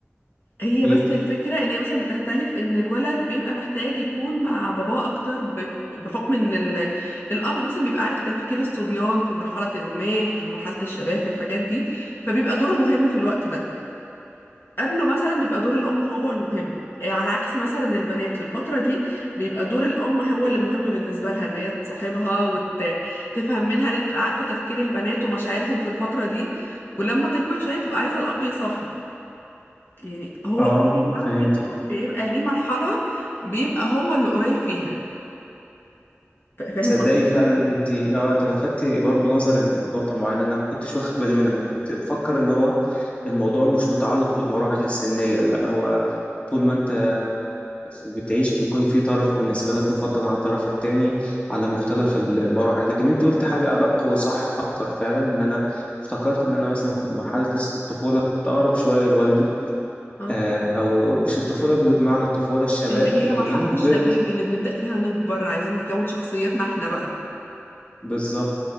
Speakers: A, on the left; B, on the left.
A: هي
B: اكيد
A: بس الفكرة ان هي مثلا بتختلف ان الولد بيبقى محتاج يكون مع باباه اكتر بف- بحكم ان ال... الاب مثلا بيبقى عارف تفكير الصبيان في مرحلة ما في مرحلة الشباب في الحاجات دي فبيبقى دوره مهم في الوقت ده قبله مثلا بيبقى دور الام هو المهم إيه، على عكس مثلا البنات في الفترة دي بيبقى دور الام هو اللي مهم بالنسبة لها ان هي تصاحبها وتفهم منها ان تبقى عارفة تفكير البنات ومشاعرهم في الفترة دي ولما تكبر شوية تبقى عايزة الاب يصاحب يعني هو
B: اه
A: كل طرف
B: فهمتي
A: منهم بيبقى ليه مرحلة بيبقى هو اللي قريب فيها ف- فاهم
B: تصدقي
A: قصدي؟
B: فعلا انت اه انت لفتتي برضو نظر لنقطه معينه انا ما كنتش واخد بالي منها انا كنت بفكر ان هو الموضوع مش متعلق بالمراحل السنيه لا هو طول ما انت بتعيش بيكون في طرف بالنسبه لك مفضل عن الطرف التاني على مختلف ال- المراحل لكن انت قلت حاجه ادق وصح اكتر فعلا ان انا افتكرت ان انا مثلا في مرحله الطفوله كنت اقرب شويه لوالدي
A: اه
B: آه، او مش الطفوله بمعنى الطفوله الشباب
A: اللي
B: لكن
A: هي مرحلة
B: لما كبرت
A: الشباب اللي بنبدأ فيها نكبر عايزين نكون شخصيتنا احنا بقى
B: بالظبط